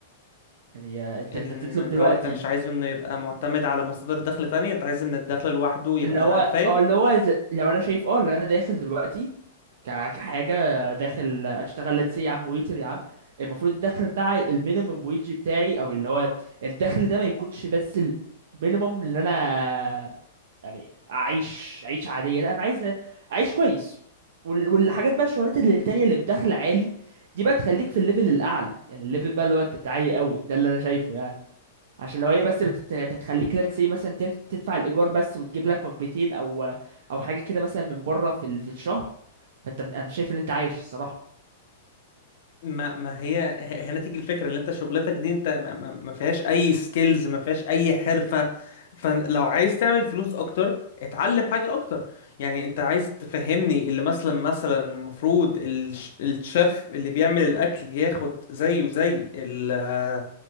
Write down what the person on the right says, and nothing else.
يعني آه، انت
انت بتطلب دلوقتي
اللي هو
اه اللي هو ز- لو انا شايف اه اللي انا داخل دلوقتي ك... كحاجه داخل اشتغل لتس يا عم ويتر يا عم المفروض الدخل بتاعي المينيمم ويج بتاعي او اللي هو الدخل ده ما يكونش بس المينيمم اللي انا يعني اعيش عيش عاديه لا انا عايز اعيش كويس وال... والحاجات بقى الشغلات اللي التانية اللي بدخل عالي دي بقى تخليك في الليفل الاعلى يعني الليفل بقى اللي هو انت تعالي قوي ده اللي انا شايفه يعني عشان لو هي بس بتت... بتخليك لا تسي مثلا تف- تدفع الايجار بس وتجيب لك وجبتين او او حاجه كده مثلا من بره في ال... في الشهر فانت انا مش شايف ان انت عايش الصراحه